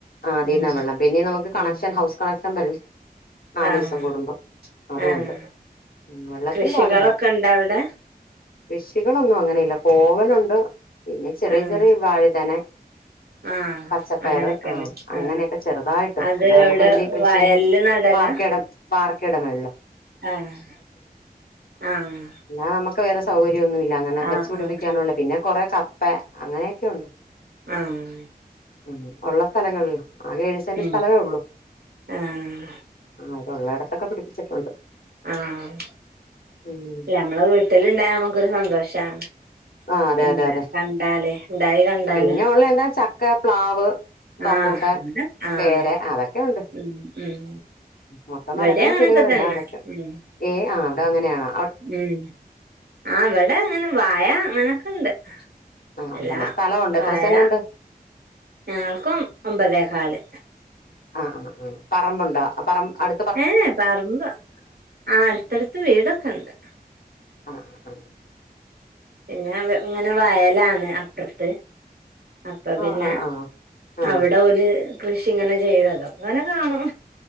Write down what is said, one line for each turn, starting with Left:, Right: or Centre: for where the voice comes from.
Left: ആഹ് അതീന്ന
Right: ഉം
Left: വെള്ളം പിന്നെ നമുക്ക് കണക്ഷൻ
Right: ഉം
Left: ഹൗസ് കണക്ഷൻ വരും നാലൂസം
Right: ആഹ്
Left: കൂടുമ്പോ അതും
Right: ആഹ്
Left: ഉണ്ട് ഉം വെള്ളത്തിന്
Right: കൃഷികളൊക്കെണ്ടോ
Left: പാടില്ല
Right: അവിടെ
Left: കൃഷികളൊന്നും അങ്ങനെയില്ല കോവലുണ്ട് പിന്നെ ചെറിയ
Right: ആഹ്
Left: ചെറിയ വഴുതന
Right: ആഹ്
Left: പച്ചപ്പയറ്
Right: അങ്ങനൊക്കെല്ലേ
Left: ആഹ് അങ്ങനെയൊക്കെ
Right: ആഹ്
Left: ചെറുതായിട്ട്
Right: അത്
Left: അല്ല
Right: എവിടെ
Left: നമുക്ക് വല്ല്യ കൃഷിയൊന്നും
Right: വയലില് നടലാ
Left: വാർക്കേടം വാർക്കേടെ മേളില്
Right: ആഹ് ആഹ്.
Left: അല്ലാതെ നമുക്ക് വേറെ സൗകര്യോന്നുല്ല അങ്ങനെ
Right: ആഹ്
Left: വെച്ച് പിടിപ്പിക്കാനുള്ള
Right: ആഹ്
Left: പിന്നെ കൊറെ കപ്പ അങ്ങനെയൊക്കെ ഒണ്ട്.
Right: ആഹ്
Left: ഉം ഒള്ള സ്ഥലങ്ങളില് ആകെ ഏഴു സെന്റ്
Right: ഉം
Left: സ്ഥലവേ ഉള്ളു.
Right: ആഹ്
Left: ആഹ് അതൊള്ളയിടത്തൊക്കെ പിടിപ്പിച്ചട്ടൊണ്ട്.
Right: ആഹ്.
Left: ഉം
Right: ഞമ്മള വീട്ടിലിണ്ടായ ഞമുക്കൊരു സന്തോഷാണ്.
Left: ആഹ് അതെ
Right: ഇണ്ടാ
Left: അതെ അതെ
Right: കണ്ടാല് ഇണ്ടായി കണ്ടാല്
Left: പിന്നെ ഒള്ള എന്താ ചക്ക പ്ലാവ് റംമ്പൂട്ടാൻ,
Right: ആഹ് അങ്ങനെ ആഹ്
Left: പേര അതൊക്കെ ഒണ്ട്.
Right: ഉം ഉം
Left: മൊത്തം
Right: ഇവിടെ
Left: മരങ്ങളും
Right: അങ്ങനൊക്കെ
Left: ചെടികളും എല്ലാം
Right: തന്നെ
Left: അതൊക്കെ
Right: ഉം
Left: ഏഹ് ആഹ് അവിടെ അങ്ങനെയാണാ
Right: ഉം ആഹ് ഇവ്ടെ അങ്ങനെ വായ അങ്ങനൊക്കെണ്ട്.
Left: ആ
Right: അല്ലാ
Left: ഉണ്ടല്ലോ സ്ഥലം ഉണ്ട്
Right: വാഴ
Left: എത്ര സെന്റ് ഉണ്ട്
Right: ഞങ്ങൾക്കും ഒമ്പതേ ഹാല്.
Left: ആഹ് ആഹ് ആഹ് പറമ്പുണ്ടാ പറമ്പ് അടു
Right: ഏഹ് പറമ്പ് ആഹ് അടുത്തടുത്ത് വീടൊക്കെണ്ട്.
Left: അഹ് ആഹ്.
Right: പിന്ന വെ ഇങ്ങനെ വയലാണ് അപ്പറത്ത് അപ്പൊ
Left: ആ
Right: പിന്ന
Left: ആ ആ ആ ആ
Right: അവിടെ ഓല് കൃഷി ഇങ്ങനെ ചെയ്യുവല്ലോ അതൊ‌ക്കിങ്ങനെ കാണും.